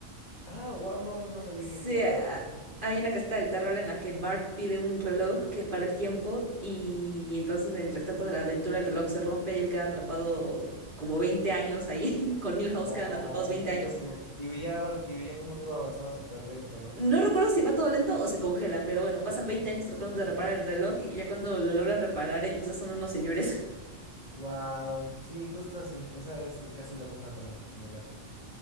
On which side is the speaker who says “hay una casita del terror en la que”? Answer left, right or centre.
Right